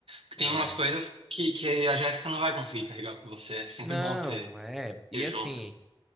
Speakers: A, on the right; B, in the centre.
A: Porque
B: Não
A: tem umas
B: é.
A: coisas que, que a Jéssica não vai conseguir carregar com você. É sempre
B: Não,
A: bom ter,
B: é. E
A: ter
B: assim,
A: junto.